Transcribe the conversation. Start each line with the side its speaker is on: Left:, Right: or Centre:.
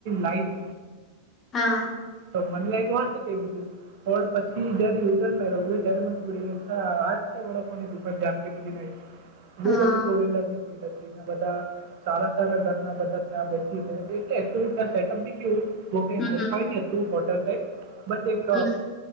Right: લાઈન
Left: હા
Right: તો મને લાગું હશે કે બીજું પણ પછી જયારે યુટન રહ ત્યારે થોડીા આજ છે વળકોની દુ બધી
Left: હા
Right: બહુ બધી ફોર વ્લર ની ભીડ હતી બધા સારા સારા ઘરના બધા ત્યાં બેસી ગ એટલેચલી ત્યાં સેટઅપ બી કેવું જોકે
Left: હમ
Right: હાઈફાઈ
Left: હમ
Right: નહી હતું હોટલ ટ બસ એક
Left: હમ